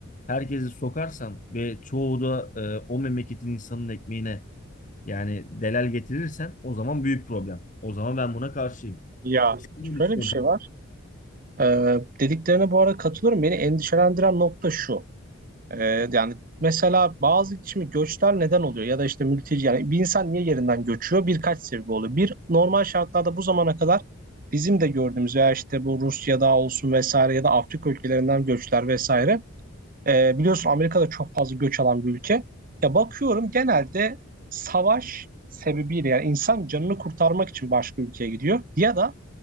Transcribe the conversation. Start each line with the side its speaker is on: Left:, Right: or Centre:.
Left: herkesi sokarsan ve çoğu da e, o memleketin insanın ekmeğine yani delal getirirsen o zaman büyük problem. O zaman ben buna karşıyım.
Right: Ya
Left: Sen ne
Right: şöyle
Left: düşünüyorsun?
Right: bir şey var. Ee, dediklerine bu arada katılıyorum. Beni endişelendiren nokta şu. Ee, yani mesela bazı şimdi göçler neden oluyor? Ya da işte mülteci yani bir insan niye yerinden göçüyor? Birkaç sebebi oluyor. Bir normal şartlarda bu zamana kadar bizim de gördüğümüz ya işte bu Rusya'da olsun vesaire ya da Afrika ülkelerinden göçler vesaire. Ee, biliyorsun Amerika'da çok fazla göç alan bir ülke. Ya bakıyorum genelde savaş sebebiyle yani insan canını kurtarmak için başka ülkeye gidiyor. Ya da